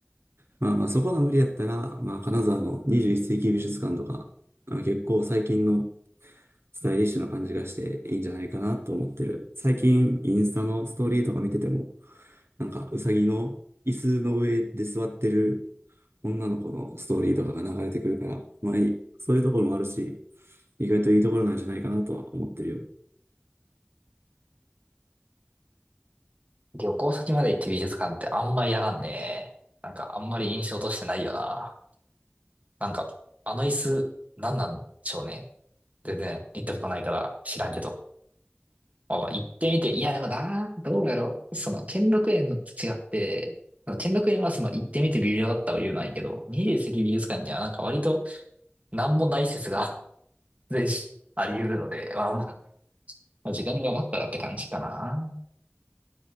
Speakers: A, on the right; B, on the right.
A: まあまあそこが無理やったら、まあ金沢の21世紀美術館とか、あの結構最近のスタイリッシュな感じがしていいんじゃないかなと思ってる。最近インスタのストーリーとか見てても、なんかうさぎの椅子の上で座ってる女の子のストーリーとかが流れてくるから、まあ、いそういうところもあるし、意外といいところなんじゃないかなとは思ってるよ。
B: 旅行先まで行って美術館ってあんまやらんね。なんかあんまり印象としてないよな。なんか、あの椅子、なんなんでしょうね。全然行ったことないから知らんけど。あ、行ってみて、いやでもな、どうやろう。その、兼六園のと違って、その兼六園はその、行ってみて微妙だったは言うないけど、二十世紀美術館にはなんか割と、なんもない説が <laughs> 全種あり得るので、まあまあ、まあ時間が余ったらって感じかな。